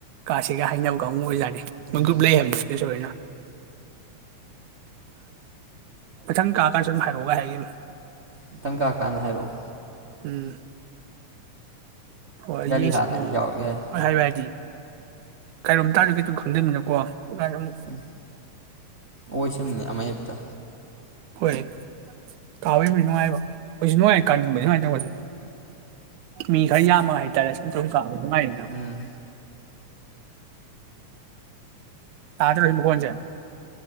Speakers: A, on the right (about 80°); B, on the right (about 35°).
A: ꯀꯥꯥꯁꯒ ꯍꯥꯏꯅꯕ ꯀꯥꯑꯣ ꯑꯣꯏꯔꯛꯠꯅꯤ
B: ꯎꯝ
A: ꯃꯀ꯭ꯔꯨ ꯕꯦ ꯍꯥꯏꯕꯅꯤ ꯕꯤꯁꯦ ꯍꯣꯏꯅꯥ ꯃꯊꯡ ꯀꯥꯀꯟꯁꯨ ꯑꯗꯨꯝ ꯍꯤꯔꯣꯒꯥ ꯍꯥꯏꯒꯦꯃꯤ <inaudible>
B: ꯃꯊꯡ ꯀꯥ ꯀꯟ ꯍꯥꯏꯔꯛꯑꯣ
A: ꯎꯝ ꯍꯣꯏ
B: ꯒꯥꯔꯤ
A: ꯌꯦꯡꯁꯤ
B: ꯍꯥꯡꯉꯗꯤ
A: ꯃꯑꯣꯡꯗꯤ
B: ꯌꯥꯎꯔꯛ ꯌꯥꯏ
A: ꯍꯥ ꯍꯥꯏꯕ ꯍꯥꯏꯗꯤ ꯀꯩꯔꯣꯝ ꯇꯥꯗꯦ ꯒꯤꯗꯨ ꯈꯪꯗꯃꯤꯅꯀꯣ ꯉꯥꯗꯨꯝ
B: ꯎꯝ ꯑꯣꯏꯁꯅꯨꯅꯦ ꯑꯃ ꯍꯦꯛꯇ
A: ꯍꯣꯏ ꯀꯥꯕꯩꯕꯨꯗꯤ ꯅꯨꯪꯉꯥꯏꯕꯥ ꯑꯩꯈꯣꯏꯁꯨ ꯅꯨꯉꯥꯏ ꯀꯪꯕ ꯁꯨꯃꯥꯏꯅ ꯇꯧꯕꯁꯦ ꯃꯤ ꯈꯔ ꯌꯥꯝꯃꯒ ꯍꯥꯏꯇꯥꯔꯦ ꯁꯨꯝ ꯁꯨꯝ ꯀꯥꯕ ꯑꯗꯨꯉꯥꯏꯗꯅ
B: ꯎꯝ
A: ꯇꯥꯗ꯭ꯔꯁꯨ ꯃꯈꯣꯟꯜꯁꯦ